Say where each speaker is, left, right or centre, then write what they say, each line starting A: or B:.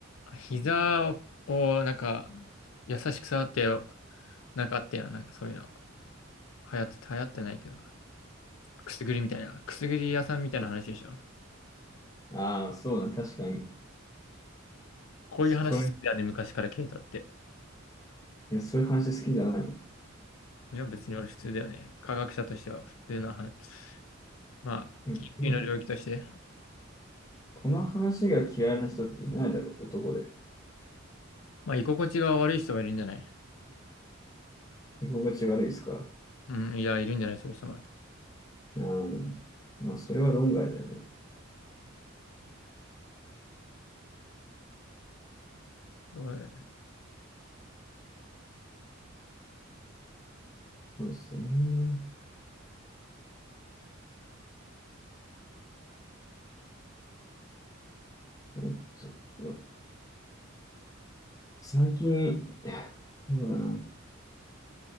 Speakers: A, on the left (about 85°); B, on the left (about 15°).
A: 膝を、をなんか、優しく触ってよ、なんかあったやん。なんかそういうの。流行って、流行ってないけど。くすぐりみたいな。くすぐり屋さんみたいな話でしょ。
B: ああ、そうだ、確かに。
A: こういう話好きだね、
B: そこら、い
A: 昔からケイトって。
B: や、そういう話好きじゃないの。
A: いや、別に俺普通だよね。科学者としては普通な話。まあ、
B: うん
A: 緊急の領域として。
B: この話が嫌いな人っていないだろう、男で。
A: まあ、居心地が悪い人はいるんじゃない
B: 居心地悪いですか。
A: うん、いや、いるんじゃないそういう人も。
B: うんまあ、それは論外だよね。
A: そうだよね。
B: そうですね。そうそうそう最近、<sighs> そうだな。